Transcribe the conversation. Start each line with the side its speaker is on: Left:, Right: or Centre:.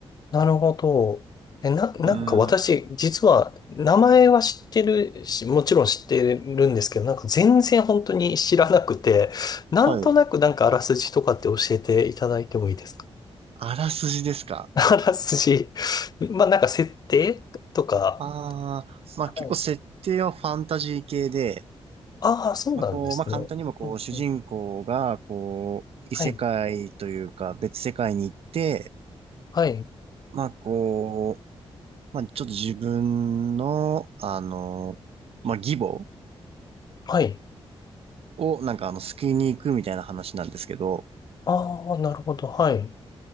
Left: なるほど。え、な、なんか私、
Right: うん。
Left: 実は、名前は知ってるし、もちろん知ってるんですけど、なんか全然本当に知らなくて、なんとなくなんかあらすじとかって教えていただいてもいいですか
Right: はい。あらすじですか
Left: <laughs> あらすじ。まあなんか設定とか。
Right: ああ、まあ結構設定はファンタジー系で、
Left: はい。ああ、そうなんですね。
Right: まあこう、まあ簡単にもこう、
Left: うんうん、
Right: 主人公がこう、異世界というか別世界に行って、
Left: はい。はい。
Right: まあこう、まあちょっと自分の、あの、まあ義母
Left: はい。
Right: をなんかあの、救いに行くみたいな話なんですけど、
Left: ああ、なるほど。はい。